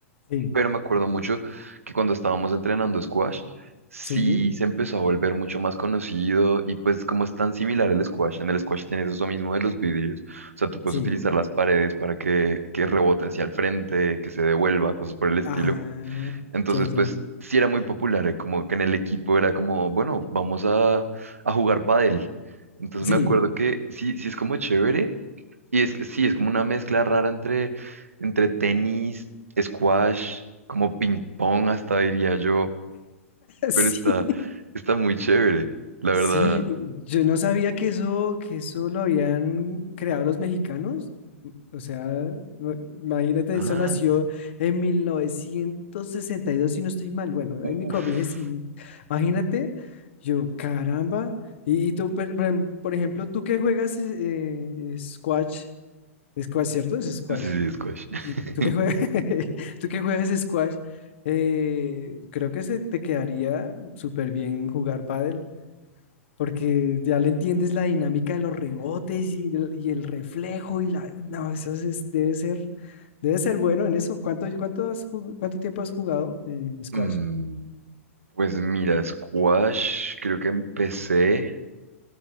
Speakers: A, on the left (about 55°); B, on the right (about 70°).
A: Sí,
B: pero me acuerdo mucho que cuando estábamos entrenando squash, sí
A: sí,
B: se empezó a volver mucho más conocido y pues como es tan similar al squash, en el squash tienes eso mismo de los vidrios, o sea, tú puedes
A: sí.
B: utilizar las paredes para que, que rebote hacia el frente, que se devuelva, cosas por el estilo.
A: Ah,
B: Entonces,
A: ya, ya.
B: pues sí era muy popular, eh, como que en el equipo era como, bueno, vamos a, a jugar pádel. Entonces
A: Sí,
B: me acuerdo que sí, sí es como chévere, y es que sí, es como una mezcla rara entre, entre tenis, squash, como ping pong hasta diría yo,
A: <laughs>
B: pero está,
A: sí.
B: está muy chévere, la
A: Sí,
B: verdad.
A: yo no sabía que eso, que eso lo habían creado los mexicanos. O sea, ma- imagínate,
B: Ah,
A: eso nació en 1962 si no estoy mal. Bueno,
B: uff,
A: ahí me corrige si... Imagínate, yo, caramba. Y, y tú, per- por ejem- por ejemplo, tú que juegas eh, eh, squash, squash, ¿cierto? Es squash.
B: sí, sí, squash. <laughs>
A: Sí, tú que juegas, <laughs> tú que juegas squash, eh, creo que se te quedaría súper bien jugar pádel porque ya le entiendes la dinámica de los rebotes y el, y el reflejo y la... No, eso es- debe ser, debe ser bueno en eso. ¿Cuánto, cuánto has jug- cuánto tiempo has jugado eh, squash?
B: Mm, pues mira, squash creo que empecé